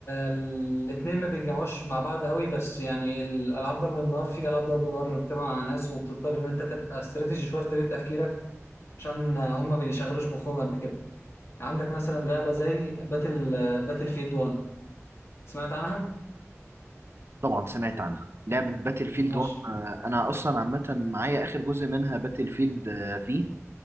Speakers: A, on the left (about 55°); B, on the right (about 50°).
A: الاثنين ما بيتجمعوش مع بعض قوي بس يعني الالعاب ضرب النار في العاب ضرب النار بتجمع مع ناس وبتضطر ان انت تبقى استراتيجي شويه في طريقه تفكيرك عشان هم بيشغلوش مخهم قد كده عندك مثلا لعبه زي باتل باتل فيلد 1 سمعت عنها؟
B: طبعا سمعت عنها لعبة باتل فيلد
A: ماشي
B: 1 آه، انا اصلا عامة معايا اخر جزء منها باتل فيلد آه، في